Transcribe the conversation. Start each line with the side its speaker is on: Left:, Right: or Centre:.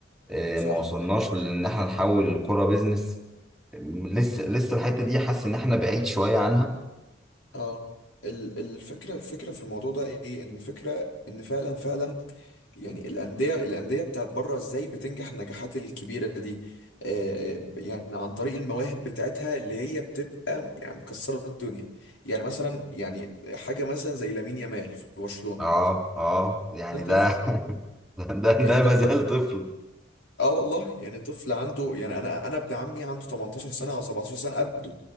Centre: إيه
Left: صح
Centre: ما وصلناش لان احنا نحول الكره بيزنس لسه
Left: امم
Centre: لسه الحته دي حاسس ان احنا بعيد شويه عنها
Left: اه ال- الفكرة الفكرة في الموضوع ده ايه ان الفكرة ان فعلا فعلا يعني الأندية الأندية بتاعت بره ازاي بتنجح النجاحات الكبيرة دي آه آه، يعني عن طريق المواهب بتاعتها اللي هي بتبقى يعني مكسرة الدنيا يعني مثلا يعني حاجة مثلا زي لامين يامال في برشلونة
Centre: اه اه يعني
Left: ده طفل
Centre: ده <laughs> ده ده
Left: يعني ده
Centre: ما زال طفل
Left: اه والله يعني طفل عنده يعني انا انا ابن عمي عنده 18 سنه او 17 سنه قده